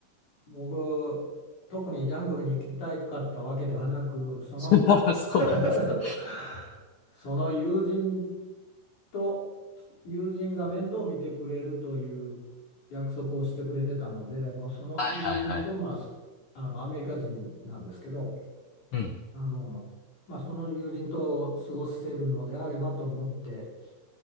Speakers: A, on the left; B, on the left.
A: 僕、特にジャングルに行きたかったわけではなく、
B: <laughs>
A: その
B: そ
A: <laughs>
B: うなんですね。
A: その友人と友人が面倒を見てくれるという約束をしてくれてたので、まあ、その友人と、
B: はいはいはい。
A: まあ、すあのアメリカ人なんですけど、
B: うん。
A: あの、まあ、その友人と過ごせるのであればと思って、